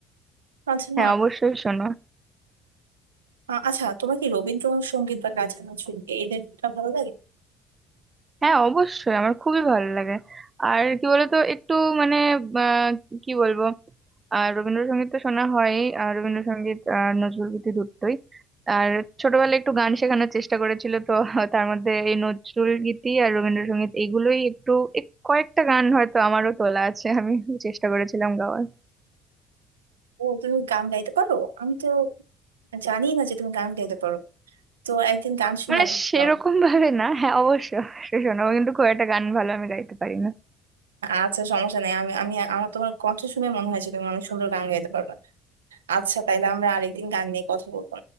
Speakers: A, on the right; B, on the right.
A: আচ্ছা
B: হ্যাঁ অবশ্যই শোনো
A: আ- আচ্ছা তোমার কি রবীন্দ্রসঙ্গীত বা কাজী নজরুল এদের ভালো লাগে
B: হ্যাঁ অবশ্যই আমার খুবই ভালো লাগে আর কি বলতো একটু মানে আহ, কি বলবো আর রবীন্দ্রসঙ্গীত তো শোনা হয় আর রবীন্দ্রসঙ্গীত আর নজরুল গীতি দুটোই আর ছোটবেলায় একটু গান শেখানোর চেষ্টা করেছিল তো তার মধ্যে এই নজরুল গীতি আর রবীন্দ্রসঙ্গীত এগুলোই একটু এক- কয়েকটা গান হয়তো আমারও তোলা আছে আমি চেষ্টা করেছিলাম গাওয়ার
A: ও তুমি গান গাইতে পারো আমি তো জানি না যে তুমি গান গাইতে পারো তো একদিন গান শোনাবে
B: মানে সেরকম
A: তো।
B: ভাবে না হ্যাঁ অবশ্য শোনাবো কিন্তু খুব একটা গান ভালো আমি গাইতে পারি না
A: আচ্ছা সমস্যা নেই আমি আমি আমার তোমার কণ্ঠ শুনে মনে হয় যে তুমি অনেক সুন্দর গান গাইতে পারবে আচ্ছা তাইলে আমরা আরেকদিন গান নিয়ে কথা বলবো